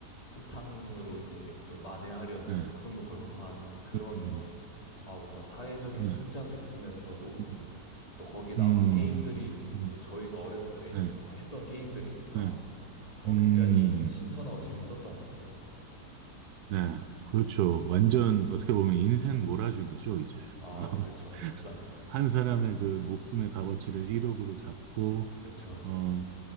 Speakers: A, on the left; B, on the right.
A: 한탕으로 이제 이걸 만회하려는
B: 네,
A: 목숨을 걸고 하는 그런
B: 음,
A: 아 뭔가 사회적인
B: 네,
A: 풍자도 있으면서도
B: 음,
A: 또 거기에 나오는
B: 음,
A: 게임들이
B: 음,
A: 또 저희가 어렸을 때또
B: 네,
A: 뭐 했던 게임들이니까
B: 네,
A: 어
B: 음,
A: 굉장히 신선하고 재밌었던 것 같아요.
B: 네. 그렇죠. 완전 어떻게 보면 인생 몰아주기죠, 이제.
A: 아,
B: <laughs>
A: 네, 그쵸. 진짜. <laughs>
B: 한 사람의 그 목숨의 값어치를 1억으로 잡고
A: 그쵸.
B: 어,